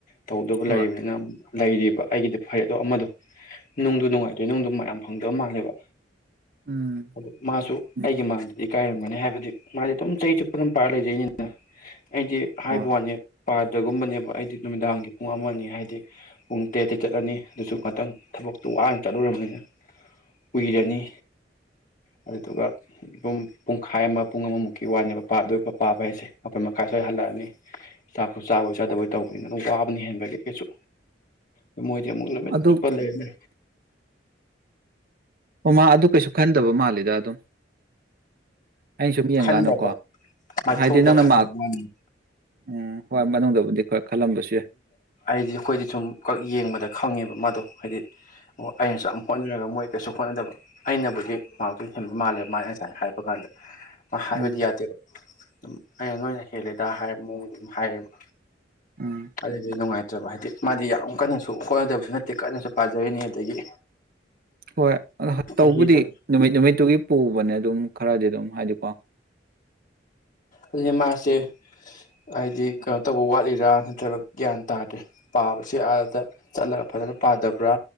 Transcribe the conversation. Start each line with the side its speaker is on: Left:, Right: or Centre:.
Left: ꯇꯧꯗꯕ
Right: ꯍꯣꯏ
Left: ꯂꯩꯕꯅꯤꯅ ꯂꯩꯔꯤꯕ ꯑꯩꯒꯤꯗꯤ ꯐꯔꯦꯗꯣ ꯑꯃꯗꯣ ꯅꯨꯡꯗꯣ ꯅꯨꯡꯉꯥꯏꯇꯣꯏ ꯅꯨꯡꯗꯣ ꯃꯌꯥꯝ ꯐꯪꯗꯕ ꯃꯥꯜꯂꯦꯕ
Right: ꯎꯝ
Left: ꯑ ꯃꯥꯁꯨ
Right: ꯎꯝ
Left: ꯑꯩꯒꯤ ꯃꯥꯡꯗꯗꯤ ꯀꯥꯏꯔꯝꯒꯅꯤ ꯍꯥꯏꯕꯗꯤ ꯃꯥꯗꯤ ꯑꯗꯨ ꯆꯍꯤ ꯆꯨꯞ ꯄꯥꯔ ꯂꯩꯗ‌ꯣꯢꯅꯤ ꯅ ꯑꯩꯗꯤ ꯍꯥꯏꯕ
Right: ꯍꯣꯏ
Left: ꯋꯥꯅꯤ ꯄꯥꯗ꯭ꯔꯒꯨꯝꯕꯅꯦꯕ ꯑꯩꯗꯤ ꯅꯨꯃꯤꯗꯥꯡꯒꯤ ꯄꯨꯡ ꯑꯃ‌ ꯑꯅꯤ ꯍꯥꯏꯗꯤ ꯄꯨꯡ ꯇꯔꯦꯠꯇ ꯆꯠꯂꯅꯤ ꯑꯗꯨꯁꯨ ꯉꯥꯛꯇꯪ ꯊꯕꯛꯇꯨ ꯋꯥꯅ ꯆꯠꯂꯨꯔꯕꯅꯤꯅ ꯎꯏꯔꯅꯤ ꯑꯗꯨꯒ ꯨꯄꯨꯡ ꯄꯨꯡꯈꯥꯏ ꯑꯃ ꯄꯨꯡ ꯑꯃꯃꯨꯛꯀꯤ ꯋꯥꯅꯦꯕ ꯄꯥꯗ‌ꯣꯏ ꯄꯥꯕ ꯍꯥꯏꯁꯦ ꯃꯥꯄꯟ ꯃꯈꯥꯏ ‌‌ꯑꯗ꯭ꯋꯥꯏꯗ ꯍꯜꯂꯛꯑꯅꯤ ꯆꯥꯛ ꯆꯥꯕꯣꯏ ꯆꯥꯗꯕꯣꯏ ꯇꯧꯕꯅꯤꯅ ꯑꯗꯨꯝ ꯋꯥꯕꯅꯤ ꯍꯦꯟꯕꯒꯤ ꯀꯩꯁꯨ ꯑꯗꯨ ꯅꯨꯃꯤꯠ
Right: ꯑꯗꯨ
Left: ꯆꯨꯞꯄ ꯂꯩꯅꯤ
Right: ꯑꯣꯃꯥ ꯑꯗꯨ ꯀꯩꯁꯨ ꯈꯟꯗꯕ ꯃꯥꯜꯂꯤꯗ ꯑꯗꯨꯝ ꯑ ꯁꯨꯝ ꯌꯦꯡꯀꯥꯟꯗꯀꯣ
Left: ꯈꯟꯗꯕ ꯃꯥꯏꯊꯣꯡꯗ
Right: ꯍꯥꯏꯗꯤ ꯅꯪꯅ
Left: ꯈꯟꯗꯕ
Right: ꯃꯥ
Left: ꯋꯥꯅꯤ
Right: ꯎꯝ ꯍꯣꯏ ꯃꯅꯨꯡꯗꯕꯨꯗꯤ ꯈꯔ ꯈꯜꯂꯝꯕꯁꯨ ꯌꯥꯏ
Left: ꯑꯩꯗꯤ ꯑꯩꯈꯣꯏꯗꯤ ꯁꯨꯝ ꯀ ꯌꯦꯡꯕꯗ ꯈꯪꯉꯦꯕ ꯑꯣ ꯍꯥꯏꯗꯤ ꯑꯣ ꯑꯩꯅꯁꯨ ꯍꯣꯠꯅꯔꯒ ꯃꯣꯏ ꯀꯩꯁꯨ ꯍꯣꯠꯅꯗꯕ ꯑꯩꯅꯕꯨꯗꯤ ꯃꯥꯛꯇꯨ ꯍꯦꯟꯕ ꯃꯥꯜꯂꯦꯕ ꯃꯥꯥꯏ ꯉꯁꯥꯏꯅ ꯍꯥꯏꯕ ꯀꯥꯟꯗ ꯑ ꯍꯥꯏꯥꯏꯗꯤ
Right: ꯎꯝ
Left: ꯌꯥꯗꯦꯕ ꯑꯗꯨꯝ ꯑꯩꯅ ꯅꯣꯏꯅ ꯍꯦꯜꯂꯦꯗ ꯍꯥꯏ ꯃꯑꯣꯡꯗ ꯑꯗꯨꯝ ꯍꯥꯏꯔꯦꯕ
Right: ꯎꯝ
Left: ꯑꯗꯨꯗꯤ ꯅꯨꯡꯉꯥꯏꯇ꯭ꯔꯕ ꯍꯥꯏꯗꯤ ꯃꯥꯗꯤ ꯌꯥꯝ ꯀꯟꯅꯁꯨ ꯍꯣꯠꯅꯗꯕꯁꯨ ꯅꯠꯇꯦ ꯀꯟꯅꯁꯨ ꯄꯥꯖꯔꯤꯅꯤ ꯑꯗꯒꯤ
Right: ꯍꯣꯏ ꯑ ꯇꯧꯕꯗꯤ
Left: ꯆꯍꯤꯁꯨ
Right: ꯅꯨꯃꯤꯠ ꯅꯨꯃꯤꯠꯇꯨꯒꯤ ꯄꯨꯕꯅꯦ ꯑꯗꯨꯝ ꯈꯔꯗꯤ ꯑꯗꯨꯝ ꯍꯥꯏꯗꯤꯀꯣ
Left: ꯑꯗꯨꯗꯤ ꯃꯥꯁꯦ ꯍꯥꯏꯗꯤ ꯀꯩꯅꯣ ꯇꯧꯕ ꯋꯥꯠꯂꯤꯔꯥ ꯅꯠꯇ꯭ꯔꯒ ꯒ꯭ꯌꯥꯟ ꯇꯥꯗ꯭ꯔꯦ ꯄꯥꯕꯁꯦ ꯑꯥꯗ ꯆꯠꯂꯒ ꯐꯖꯅ ꯄꯥꯗꯕ꯭ꯔꯥ